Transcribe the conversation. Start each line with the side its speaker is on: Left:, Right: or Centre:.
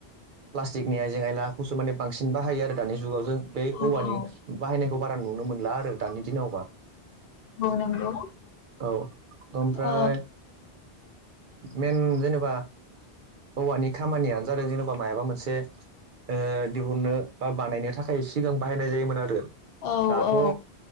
Right: प्लास्टिकनि आइजें आयलाखौसो माने बांसिन बाहायो आरो दानि जुगाव जों बे
Left: औ
Right: औवानि
Left: औ
Right: बाहायनायखौ बारा नुनो मोनला आरो दानि दिनावबा
Left: औ नंगौ
Right: औ आमफ्राय
Left: औ
Right: मेन जेनेबा हौवानि खामानियानो जादों जेन'बा मायाबा मोनसे ओ दिहुननो बा बानायनो थाखाय सो सिगां बाहायनाय जायोमोन आरो
Left: औ
Right: दाथ'
Left: औ